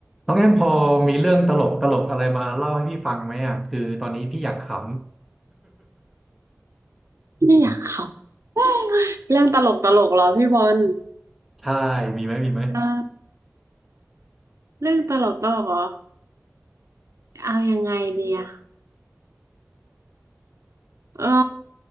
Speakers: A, in the centre; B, on the right.
A: น้องแอมพอมีเรื่องตลกตลกอะไรมาเล่าให้พี่ฟังไหมอ่ะคือตอนนี้พี่อยากขำ
B: พี่อยากขำเรื่องตลกตลกเหรอพี่บอล
A: <laughs> ใช่มีไหมมีไหม
B: เออเรื่องตลกตลกเหรอเอายังไงดีอะเออ